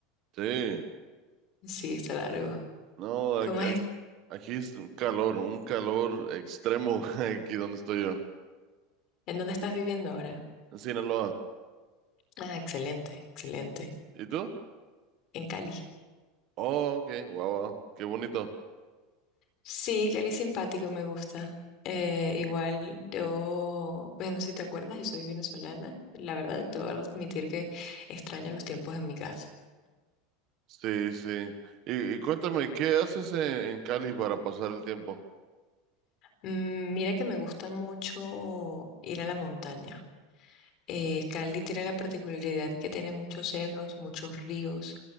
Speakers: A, on the right; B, on the left.
A: Sí,
B: <laughs> Sí, está largo.
A: no,
B: ¿Cómo
A: aquí,
B: es?
A: aquí- aquí es un calor, un calor extremo <laughs> aquí donde estoy yo,
B: ¿En dónde estás viviendo ahora?
A: en Sinaloa.
B: Ah, excelente, excelente.
A: ¿Y tú?
B: En Cali.
A: Oh, ok, wow, wow, qué bonito.
B: Sí, Cali es simpático, me gusta. Eh, igual yo, pues no sé si te acuerdas, yo soy venezolana. La verdad, te voy a admitir que extraño los tiempos en mi casa.
A: Sí, sí. Y, y cuéntame, ¿qué haces en, en Cali para pasar el tiempo?
B: Mm, mira que me gusta mucho ir a la montaña. Eh, Cali tiene la particularidad que tiene muchos cerros, muchos ríos.